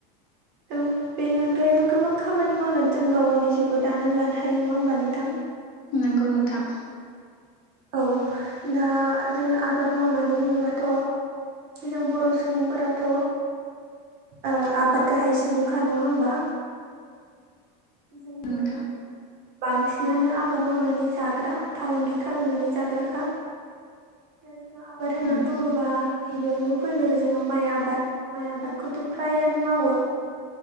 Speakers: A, on the right; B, on the left.
A: औ बेनि अनगायैबो गोबां खामानि मावनानै जों गाव गावनि जिउखौ दानानै लानो हायो नङा होमबा नोंथां?
B: नोंगौ नोंथां
A: औ दा जोङो आबाद मावनानै होनोबाथ' जों बर' सुबुंफोराथ' ओ आबाद गाहाय सुबुंखा नङा होमबा? जोङो
B: नोंथां
A: बांसिनानो आबाद मावनानै जाग्रा फालांगि खालामनानै जाग्राखा दा जोंङो आबाद होननानै
B: उम
A: बुङोबा गिबियावनो फैगोरो जोंङाहा माइ आबाद माइ आबादखौथ' फ्रायानो मावो।